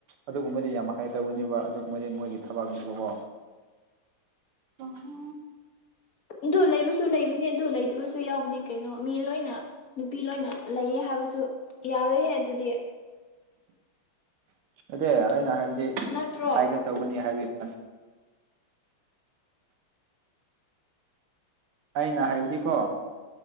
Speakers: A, on the right; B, on the left.
A: ꯑꯗꯨꯒꯨꯝꯕꯗꯤ ꯌꯥꯝ ꯍꯩꯒꯗꯧꯅꯦꯕ ꯑꯗꯨꯒꯨꯝꯕꯗꯤ ꯃꯣꯏꯒꯤ ꯊꯕꯛꯅꯦꯕꯀꯣ ꯑꯝ
B: ꯑꯗꯨ ꯂꯩꯕꯁꯨ ꯂꯩꯕꯅꯤ ꯑꯗꯨ ꯂꯩꯇ꯭ꯔꯁꯨ ꯌꯥꯎꯕꯅꯤ ꯀꯩꯅꯣ ꯃꯤ ꯂꯣꯏꯅ ꯅꯨꯄꯤ ꯂꯣꯏꯅ ꯂꯩꯌꯦ ꯍꯥꯏꯕꯁꯨ ꯌꯥꯔꯣꯏꯍꯦ ꯑꯗꯨꯗꯤ
A: ꯅꯠꯇꯦ ꯑꯩꯅ ꯍꯥꯏꯕꯗꯤ
B: ꯅꯠꯇ꯭ꯔꯣ
A: ꯇꯧꯒꯅꯤ ꯍꯥꯏꯕꯤꯕ ꯑꯩꯅ ꯍꯥꯏꯕꯗꯤꯀꯣ